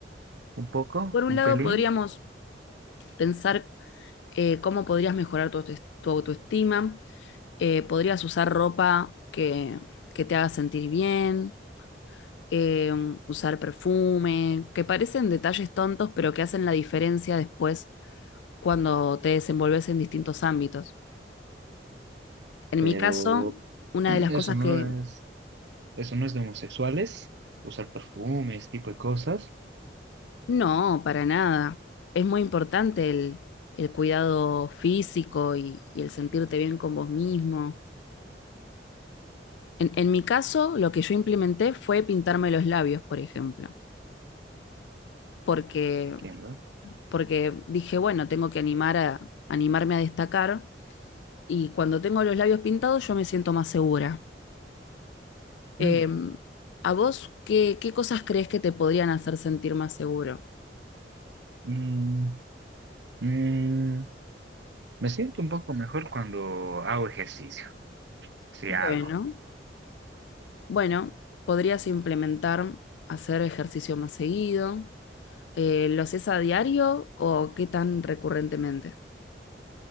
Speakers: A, on the right; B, on the left.
A: un poco,
B: Por un
A: un
B: lado,
A: pelín,
B: podríamos pensar eh, cómo podrías mejorar tu, auto- tu autoestima, eh, podrías usar ropa que, que te haga sentir bien, eh, usar perfume, que parecen detalles tontos, pero que hacen la diferencia después cuando te desenvolves en distintos ámbitos. En
A: pero
B: mi caso,
A: <clears throat>
B: una
A: eso
B: de las cosas
A: no
B: que
A: es... Eso no es de homosexuales, usar perfumes tipo de cosas.
B: No, para nada. Es muy importante el, el cuidado físico y, y el sentirte bien con vos mismo. En, en mi caso, lo que yo implementé fue pintarme los labios, por ejemplo, porque,
A: Entiendo.
B: porque dije, bueno, tengo que animar a, animarme a destacar y cuando tengo los labios pintados yo me siento más segura. Em,
A: Mm,
B: ¿a vos qué, qué cosas crees que te podrían hacer sentir más seguro?
A: mm, mm, me siento un poco mejor cuando hago ejercicio, si
B: Bueno,
A: hago.
B: bueno, podrías implementar hacer ejercicio más seguido Eh, ¿lo haces a diario o qué tan recurrentemente?